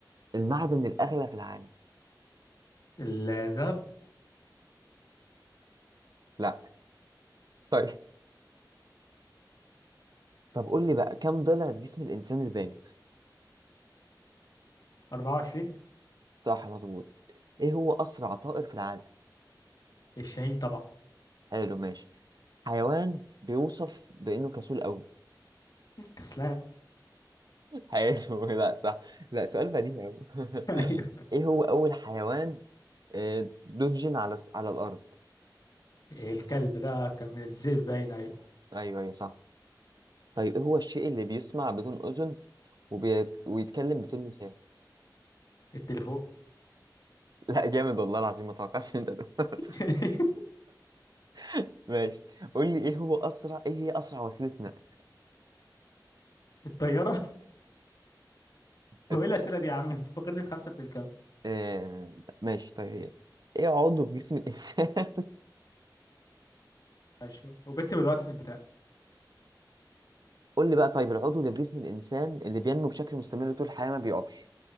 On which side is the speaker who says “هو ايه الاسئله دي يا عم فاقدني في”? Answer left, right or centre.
Left